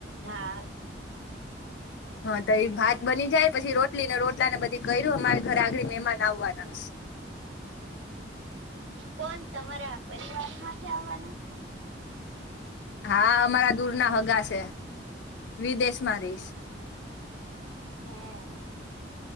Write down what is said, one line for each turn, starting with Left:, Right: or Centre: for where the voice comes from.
Right: હા
Left: હા તો એ ભાત બની જાય પછી રોટલી ને રોટલા ને બધી કર્યું અમારી ઘરે આગળી મહેમાન આવવાનાસ
Right: કોણ તમારા પરિવાર માંથી આવવાના
Left: હા અમારા દૂર ના હગા છે વિદેશમાં રહેશે.
Right: હે